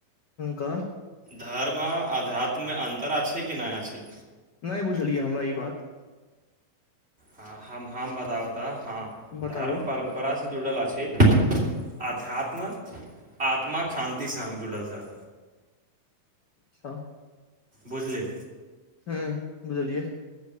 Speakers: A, on the left (about 75°); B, on the right (about 20°).
A: कह
B: धर्म अध्यात्ममे अन्तर अछि कि नहि अछि
A: नहि बुझलियै हमरा ई बात
B: ह-हम हम बताबत तऽ हँ
A: बताबऽ
B: धर्म परम्परा स जुड़ल अछि अध्यात्म आत्माकाक शान्ति सङ जुड़ल छ
A: अच्छा
B: बुझले
A: हूँ बुझलियै